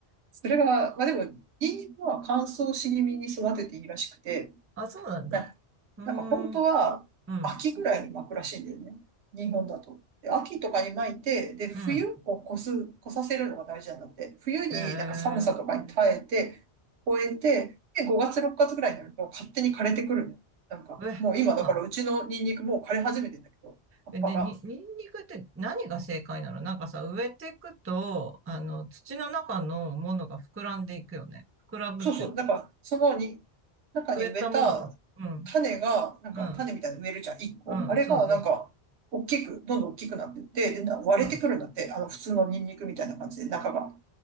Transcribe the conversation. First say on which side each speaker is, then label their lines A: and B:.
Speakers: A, on the right (about 80°); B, on the right (about 25°).
A: それが、まあでも、ニンニクは乾燥し気味に育てていいらしくて、
B: あ、そうなんだ。
A: ねなんか本当は秋ぐらいに巻くらしいんだよね。
B: うーん、うん、
A: 日本だと。で秋とかに巻いて、で、冬を越す、
B: うん。
A: 越させるのが大事なんだって。冬になんか寒さとかに耐えて、
B: へえ
A: 越えて、で、5月、6月ぐらいになると勝手に枯れてくるの。なんか、
B: え、
A: もう今だからうちのニンニクもう枯れ始めてんだけど、
B: そうなんだ。
A: 葉っぱが。
B: え、ね、に、ニンニクって何が正解なのなんかさ、植えていくと、あの、土の中のものが膨らんでいくよね。膨らむっていうか、
A: そうそう。だから、そのに、中に植えた種が、
B: 植えたものが、うん、
A: なんか種みたいに植えるじゃん、
B: うん、
A: 一個。
B: うん、
A: あれが、
B: そうそうそう。
A: なんか、大きく、どんどん大きくなってって、で、な割れてくるんだって。
B: うん。
A: あの、普通のニンニクみたいな感じで、中が。